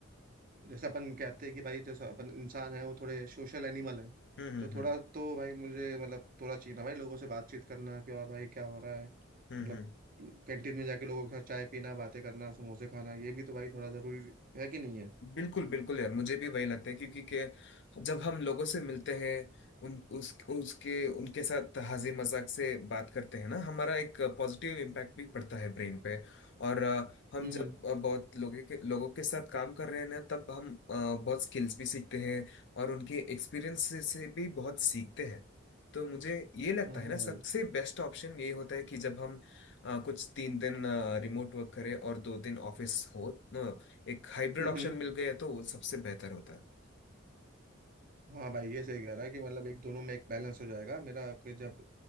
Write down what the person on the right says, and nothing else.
अ, जैसे अपन कहते हैं कि भाई जैसा अपन इंसान है वो थोड़े सोशल एनिमल है
तो
थोड़ा तो भाई मुझे मतलब थोड़ा चाहिए ना भाई लोगों से बातचीत करना कि और भाई क्या हो रहा है
मतलब
कैंटीन में जाके लोगों के साथ चाय पीना बातें करना समोसे खाना ये भी तो भाई थोड़ा जरूरी है कि नहीं है
हम्म
हाँ
हाँ
भाई
हम्म
हाँ भाई ये सही कह रहा है कि मतलब एक दोनों में एक बैलेंस हो जाएगा मेरा कि जब